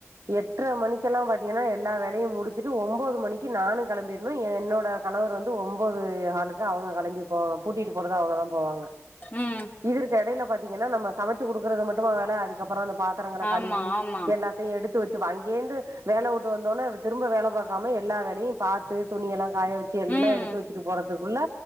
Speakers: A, on the right (about 75°); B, on the left (about 35°).
A: எட்டர மணிக்கெல்லா பாத்தீங்கன்னா எல்லா வேலையு முடிச்சுட்டு ஒம்போது மணிக்கு நானு கெளம்பிர்ணு என்னோட கணவர் வந்து ஒம்போது ஹாலுக்கு அவங்க கெளம்பி போ பூட்டிட்டு போறது அவங்க தா போவாங்க
B: ம்
A: இதற்கு எடைல பாத்தீங்கன்னா நம்ம சமச்சு குடுக்கறது மட்டும்மா வேல அதுக்கப்றோ அந்த பாத் தரங்கள
B: ஆமா
A: கழுவி
B: ஆமா
A: எல்லாத் தையு எடுத்து வெச்சுவ அங்கேர்ந்து வேலவுட்டு வந்தோன்னே திரும்ப வேல பாக்காம எல்லா வேலையு பாத்து துணியெல்லா காய வெச்சு எல்லா
B: ம்
A: எடுத்து வெச்சுட்டு போறத்துக்குள்ள